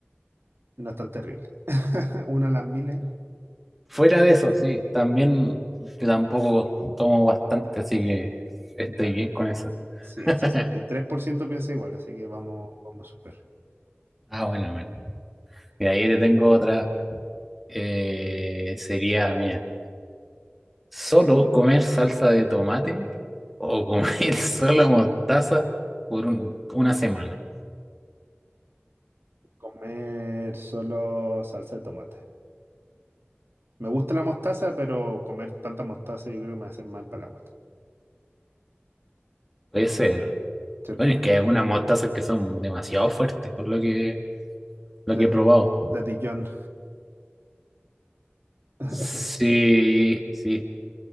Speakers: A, on the right (about 70°); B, in the centre.
A: no es tan terrible. <laughs> Una a las miles.
B: Fuera de eso, sí, también yo tampoco tomo bastante, así que estoy
A: Ya.
B: bien con eso.
A: Sí,
B: <laughs>
A: el sesenta y tres por ciento piensa igual, así que vamos, vamos súper.
B: Ah, bueno, bueno. Y ahí te tengo otra. eh, sería, mira, solo comer salsa de tomate o comer <laughs> solo mostaza por un- una semana.
A: Comer solo salsa de tomate. Me gusta la mostaza, pero comer tanta mostaza yo creo que me va a hacer mal para la guata,
B: Puede ser.
A: ¿cierto?
B: Bueno, es que hay algunas mostazas que son demasiado fuertes, por lo que, lo
A: La,
B: que he
A: Lati-
B: probado.
A: latillón. <laughs>
B: Sí, sí.